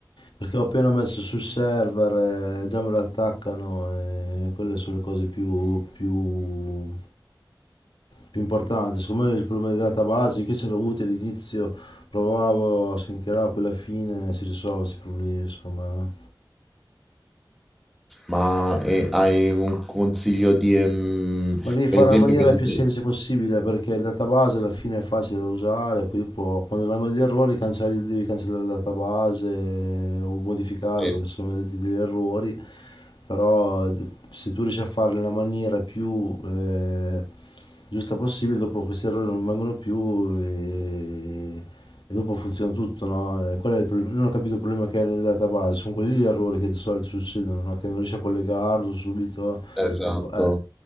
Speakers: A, on the left; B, in the centre.
A: Perché ho appena messo sul server, eh, già me lo attaccano e quelle sono le cose più, più, più importanti. Secondo me il problema di database che ce l'ho avuto all'inizio, provavo, scancheravo, poi alla fine si risolvono questi problemi, secondo me, no?
B: Ma eh, hai un consiglio di, ehm,
A: Ma devi fare
B: per esempio,
A: nella maniera
B: che dite,
A: più semplice possibile perché il database alla fine è facile da usare, poi dopo quando vengono gli errori cancelli- devi cancellare il database eh, o modificare
B: eh,
A: perché sono venuti degli errori però se tu riesci a farlo nella maniera più eh, giusta possibile, dopo questi errori non vengono più e, e dopo funziona tutto, no? E qual è il problema? Non ho capito il problema che è nel database, sono quelli gli errori che di solito succedono, no? Che non riesci a collegarlo subito,
B: esatto,
A: eh,